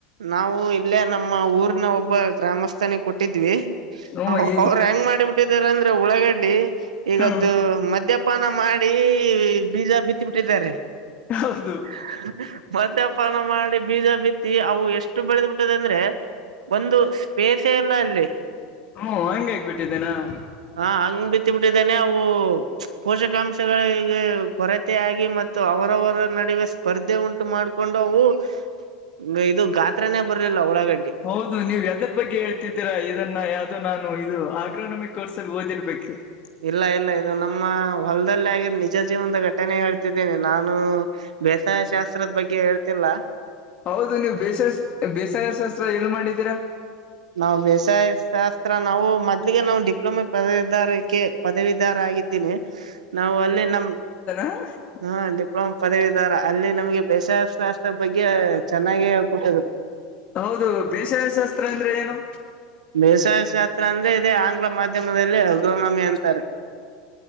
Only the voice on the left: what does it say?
ಹ್ಮ
ಈ
ಹ್ಮ
ಹೌದು
ಹೋ ಹಂಗೇ ಆಗಬಿಟ್ಟಿದ್ದೇನಾ? <unintelligible>
ಹೌದು ನೀವ ಹೆದರ <unintelligible> ಎದರ ಬಗ್ಗೆ ಹೇಳ್ತಿದ್ದೀರಾ ಇದನ್ನ ಯಾವ್ದೋ ನಾನು ಇದು ಆಗ್ರ ನಮಿ ಕೋರ್ಸ ಅಲ್ಲಿ ಓದಿರ್ಬೇಕ. <unintelligible>
ಹೌದು ನೀವ್ ಬೇಸಸ ಬೇಸಾಯ ಶಾಸ್ತ್ರ ಎಲ್ಲಿ ಮಾಡಿದ್ದೀರಾ ನೀವು? <unintelligible>
ಹ.
ಹೌದು ಬೇಷಯಾ ಶಾಸ್ತ್ರ ಅಂದ್ರೆ ಏನು?